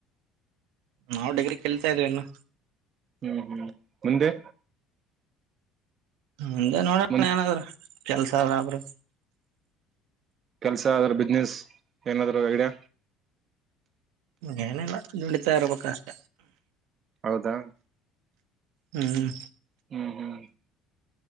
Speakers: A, on the right (about 75°); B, on the right (about 45°).
A: ನಾವು ಡಗ್ರ ಕೇಲ್ತಾ ಇದವವಿನು.
B: ಹ್ಮ್- ಹ್ಮ್ -ಮುಂದೆ.
A: ಹಂಗೆ ನೋಡೋಣ
B: ಮುಂದೆ
A: ಏನಾದ್ರ ಕೆಲ್ಸಬ್ರು.
B: ಕೆಲ್ಸ ಅದ್ರ ಬಿಸ್ನೆಸ್ ಏನಾದ್ ಎಗಡ.
A: ಹಗೇನಿಲ್ಲ ನದುಡಿತಾ ಇರ್ಬೇಕಷ್ಟ.
B: ಹೌದಾ.
A: ಹ್ಮ್.
B: ಹ್ಮ್ ಹ್ಮ್.